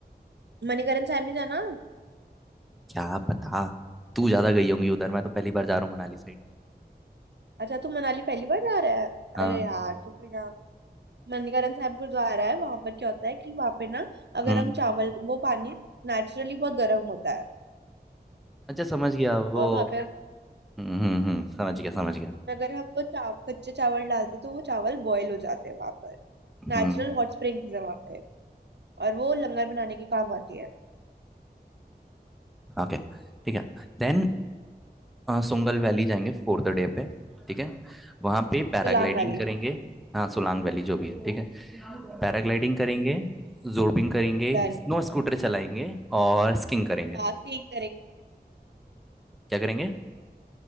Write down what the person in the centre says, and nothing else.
क्या पता तू ज्यादा गई होंगी उधर मैं तो पहली बार जा रहा हूँ मनाली साइड
हाँ
हम्म
अच्छा समझ गया
वो
हम्म हम्म हम्म, समझ गया समझ गया
हम्म
ओके ठीक है देन सुंगल वैली जाएंगे फोर्थ डे पे ठीक है वहाँ पे पैराग्लाइडिंग
करेंगे हाँ सोलांग वैली जो भी है ठीक है पैराग्लाइडिंग करेंगे जोर्बिंग करेंगे
स्नो स्कूटर चलाएंगे और स्कीइंग करेंगे
क्या करेंगे